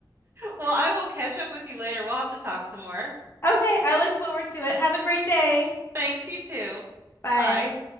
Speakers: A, on the right (about 30°); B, on the left (about 30°).
A: Well, I will catch up with you later. We'll have to talk some more.
B: I look forward to it. Have a great day.
A: Thanks, you too.
B: Bye.
A: Bye.